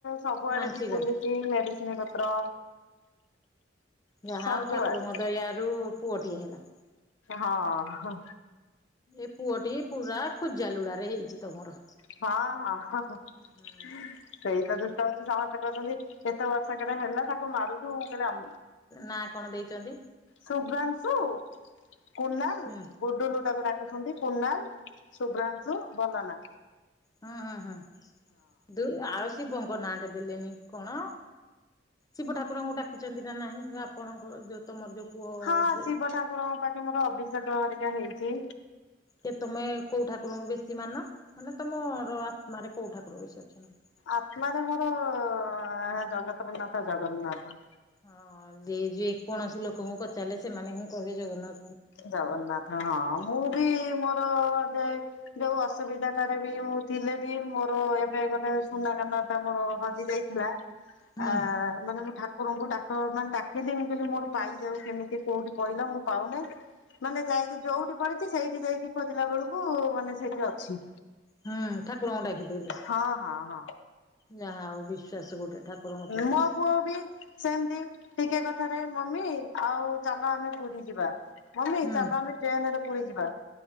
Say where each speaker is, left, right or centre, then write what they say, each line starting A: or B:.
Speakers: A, on the left; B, on the left.
A: ସବୁଆଡେ
B: ମାନସିକ।
A: ବି ବୁଲିଚି ମେଡିସିନ ପତ୍ର
B: ଯାହା
A: ସବୁଆଡେ
B: ହୋଉ ଠାକୁରଙ୍କ ଦୟାରୁ ପୁଅଟିଏ ହେଲା।
A: ହଁ ହଁ।
B: ଏ ପୁଅଟିଏ ପୁରା ଖୁଜା ଲୁଡା ରେ ହେଇଚି ତମର।
A: ହଁ ହଁ ହଁ ସେଇତ
B: ହୁଁ।
A: ଦୁଷ୍ଟ ହୋଉଚି ସମସ୍ତେ କହୁଚନ୍ତି କେତେ ବର୍ଷ କେରେ ହେଲା ତାକୁ ମାରୁଚୁ ମୁଁ କଇଲି ଅଁ
B: ନାଁ କଣ ଦେଇଚନ୍ତି?
A: ଶୁଭ୍ରାଂଶୁ କୁନାଲ୍
B: ହୁଁ
A: ଗୁଡୁଲୁ ତାକୁ ଡାକୁଛନ୍ତି କୁନାଲ୍ ଶୁଭ୍ରାଂଶୁ ଭଲ ନାଁ।
B: ହଁ ହଁ ହଁ ଦୁ ଆଉ ଶିବଙ୍କ ନାଁଟେ ଦେଲେନି କଣ? ଶିବ ଠାକୁରଙ୍କୁ ଡାକିଚନ୍ତି ନା ନାଇଁ ଆପଣଙ୍କୁ ଯୋଉ ତମର ଯୋଉ ପୁଅ
A: ହଁ
B: ଦି
A: ଶିବ ଠାକୁରଙ୍କ ପାଖେ ମୋର ଅଭିଷେକ ଘରିକା ହେଇଚି।
B: କେ ତମେ କୋଉ ଠାକୁରଙ୍କୁ ବେଶୀ ମାନ ମାନେ ତମର ଆତ୍ମାରେ କୋଉ ଠାକୁର ବେଶୀ ଅଛନ୍ତି।
A: ଆତ୍ମାରେ ମୋର ଅଂ ଜଗତରନାଥ ଜଗନ୍ନାଥ।
B: ହଁ ଯେ ଯେକୌଣସି ଲୋକଙ୍କୁ ପଚାରିଲେ ସେମାନେ ହିଁ କହିବେ ଜଗନ୍ନା
A: ଜଗନ୍ନାଥ ହଁ ମୁଁ ବି ମୋର ଯେ ଯୋଉ ଅସୁବିଧାଟାରେ ବି ମୁଁ ଥିଲେ ବି ମୋର ଏବେ ଗୋଟେ ସୁନା କାନ ଟା ମୋର ହଜି ଯାଇ ଥିଲା
B: ହୁଁ
A: ଆ ମାନେ ମୁଁ ଠା ଠାକୁରଙ୍କୁ ଡାକ ମାନେ ଡାକିଲି ମୁଁ କହିଲି ମୋର ପାଇ ଯାଉ କେମିତି କୋଉଠି କହିଲ ମୁଁ ପାଉନେଇ। ମାନେ ଯାଇକି ଯୋଉଠି ପଡିଚି ସେଇଠି ସେଇଠି ଖୋଜିଲା ବେଳକୁ ମାନେ ସେଇଠିରେ ଅଛି।
B: ହୁଁ ଠାକୁରଙ୍କୁ ଡାକି ଦେଇଲ।
A: ହଁ ହଁ ହଁ।
B: ଯାହା ହଉ ବିଶ୍ଵାସ ଗୋଟେ ଠାକୁରଙ୍କ ପ୍ରତି।
A: ମୋ ପୁଅ ବି ସେମତି ଟିକେ କଥାରେ ମମି ଆଉ ଚାଲ ଆମେ ପୁରୀ ଯିବା। ମମି
B: ହୁଁ
A: ଚାଲ ଆମେ ଟ୍ରେନେରେ ପୁରୀ ଯିବା